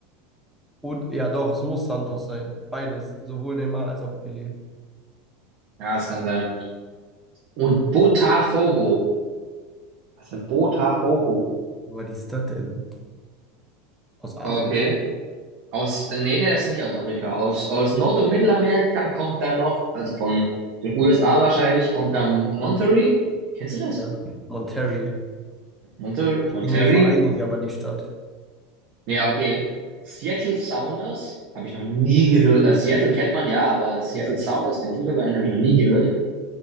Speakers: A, in the centre; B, on the right (about 60°).
A: Und, ja doch, es muss Santos sein. Beides, sowohl Neymar als auch Pelé.
B: Ja, das kann sein. Und Botafogo. Was denn Botafogo?
A: Wo war die Stadt denn? Aus Afrika?
B: Okay. Aus, äh, nee, nee, das ist nicht aus Afrika. Aus, aus Nord- und Mittelamerika kommt dann noch, also von den USA wahrscheinlich, kommt dann Monterrey. Kennst du das?
A: Ja, Monterrey.
B: Monter,
A: Ich
B: Monterrey?
A: kenne den Verein nicht, aber die Stadt.
B: Ja, okay. Seattle Sounders habe ich noch nie gehört. Also Seattle kennt man ja, aber Seattle
A: Ja,
B: Sounders, den Fußballverein, habe ich noch nie gehört.